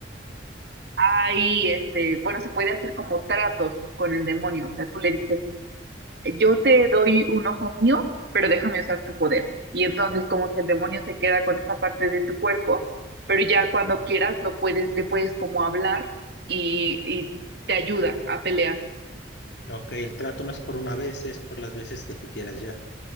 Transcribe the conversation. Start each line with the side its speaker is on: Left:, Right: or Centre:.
Right: ahí, este, bueno, se puede hacer como tratos con el demonio. O sea, tú le dices, yo te doy un ojo mío, pero déjame usar tu poder. Y entonces como que el demonio se queda con esa parte de tu cuerpo, pero ya cuando quieras lo puedes, le puedes como hablar y, y te ayuda a pelear.
Left: ok, el trato no es por una vez, es por las veces que tú quieras ya.